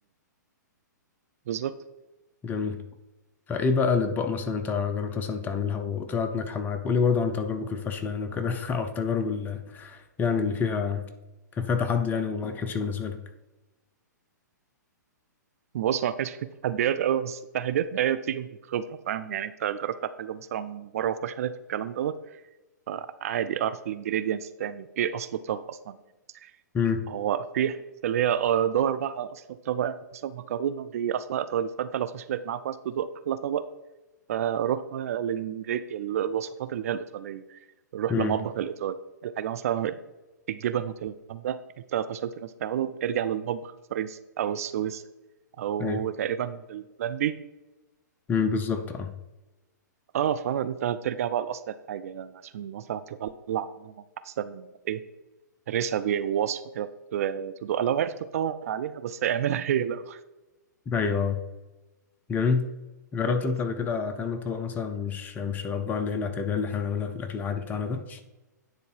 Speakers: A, on the right; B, on the left.
A: <laughs> بالظبط
B: جميل فايه بقى الاطباق مثلا انت جربت مثلا تعملها وطلعت ناجحه معاك قولي برضه عن تجاربك الفاشله يعني وكده <laughs> او التجارب اللي يعني اللي فيها كان فيها تحدي يعني وما نجحتش بالنسبه لك
A: بص ما كانش في تحديات قوي بس التحديات هي بتيجي من الخبره فاهم يعني انت جربت على حاجه مثلا مره وفشلت والكلام دوت فعادي اعرف الانجريدينتس تاني ايه اصل الطبق اصلا يعني
B: امم
A: هو في حاجات اللي هي آه، دور بقى على اصل الطبق يعني مثلا مكرونه دي اصلها ايطالي فانت لو فشلت معاك وعايز تدوق احلى طبق فروح بقى للإنجري- الوصفات اللي هي الايطاليه روح
B: امم
A: لمطبخ الايطالي الحاجه مثلا الجبن والكلام ده انت فشلت انك تعمله ارجع للمطبخ الفرنسي او السويسري او
B: ايوه
A: تقريبا الهولندي
B: امم بالظبط اه
A: اه فانت بترجع بقى لاصل الحاجه عشان مثلا تطلع منها احسن ايه ريسبي ووصفه كده ت- تدوق لو عرفت تدور عليها بس اعملها هي لو
B: ايوه آه. جميل جربت
A: بس.
B: انت قبل كده تعمل طبق مثلا مش مش الاطباق اللي هي الاعتياديه اللي احنا بنعملها في الاكل العادي بتاعنا ده